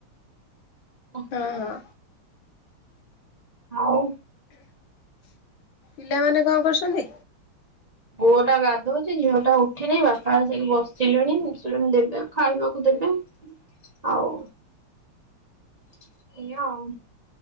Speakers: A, on the right (about 65°); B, on the left (about 70°).
A: ଓ।
B: ହଁ ହଁ
A: ହଉ।
B: ପିଲାମାନେ କଣ କରୁଚନ୍ତି?
A: ପୁଅ ଟା ଗାଧଉଚି, ଝିଅଟା ଉଠିନି, ବାପା ସେକି ବସିଲେଣି। ଉଠିଲେ ଦେବେ ଖାଇବାକୁ ଦେବି। ଆଉ ହେଲା ଆଉ।